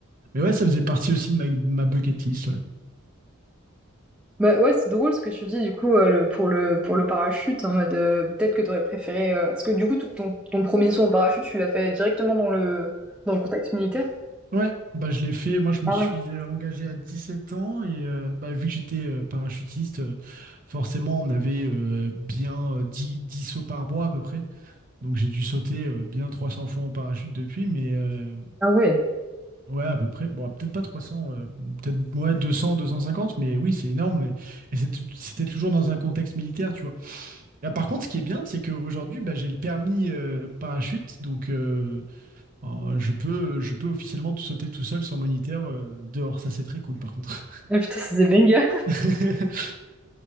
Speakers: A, on the right; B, in the centre.
A: mais ouais, ça faisait partie aussi de ma, ma bucket list. Ouais.
B: Bah ouais, c'est drôle ce que tu dis du coup euh, le, pour le pour le parachute en mode euh, peut-être que t'aurais préféré euh, parce que du coup ton, ton ton premier saut en parachute tu l'as fait directement dans le dans le contexte militaire.
A: Ouais, bah je l'ai fait. Moi, je me
B: Ah
A: suis
B: ouais.
A: euh, engagé à 17 ans et euh, bah, vu que j'étais euh, parachutiste, euh, forcément, on avait euh, bien euh, 10 10 sauts par mois à peu près. Donc, j'ai dû sauter euh, bien 300 fois en parachute depuis. Mais, euh,
B: Ah ouais.
A: Ouais, à peu près. Bon, peut-être pas 300, euh, peut-être ouais, deux deux cents deux cent cinquante mais oui, c'est énorme. mais- Et c'est tou- c'était toujours dans un contexte militaire, tu vois. Et, par contre, ce qui est bien, c'est qu'aujourd'hui, bah, j'ai le permis euh, parachute, donc euh, euh, je peux, je peux officiellement tout sauter tout seul sans moniteur euh, dehors. Ça, c'est très cool, par contre.
B: Ah putain ça c'est banger.
A: <laughs>